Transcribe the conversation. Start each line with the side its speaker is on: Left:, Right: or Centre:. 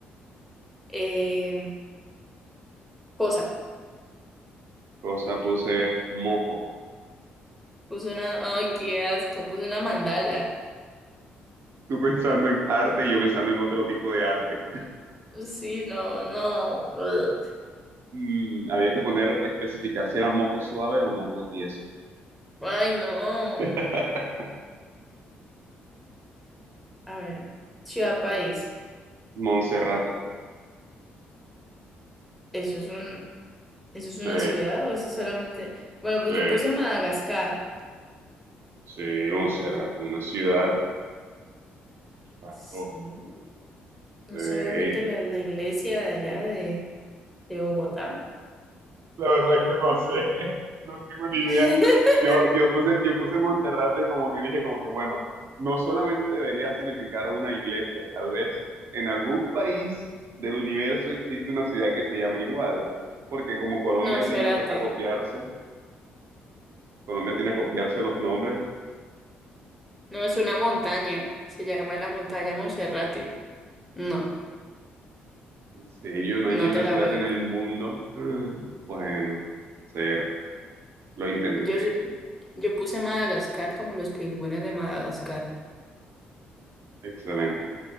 Centre: Em, cosa.
Right: Cosa puse moco.
Centre: Puse una, ay, qué asco, puse una mandala.
Right: Tú pensando en arte y yo pensando en otro tipo de arte. <laughs>
Centre: Pues Sí, no, no. ugh.
Right: Mm, había que poner, especificar si era moco suave o moco tieso.
Centre: Ay, no.
Right: <laughs> Ay,
Centre: A ver, ciudad país.
Right: Monserrate.
Centre: ¿Eso es un, eso es
Right: Sí,
Centre: una ciudad o eso es solamente? Bueno, pues
Right: sí,
Centre: yo puse Madagascar.
Right: sí, Monserrate, una ciudad. Claro,
Centre: Sí, no
Right: sí.
Centre: es solamente la, la iglesia de allá de, de Bogotá.
Right: La verdad es que no sé, <laughs> no tengo ni idea.
Centre: <laughs>
Right: Yo, yo puse, yo puse Monserrate como que dije, como que bueno, no solamente debería significar una iglesia, tal vez en algún país del universo existe una ciudad que se llama igual, porque como Colombia
Centre: No, espérate.
Right: tiene a, a copiarse, Colombia tiene a copiarse los nombres,
Centre: No, es una montaña. Se llama la montaña Monserrate. No,
Right: en serio, no
Centre: no
Right: hay ni una
Centre: te
Right: ciudad
Centre: la valgo.
Right: en el mundo. Mm, Bueno, cero, lo intenté,
Centre: Yo sí, pi- yo puse Madagascar como los pingüinos de Madagascar.
Right: excelente,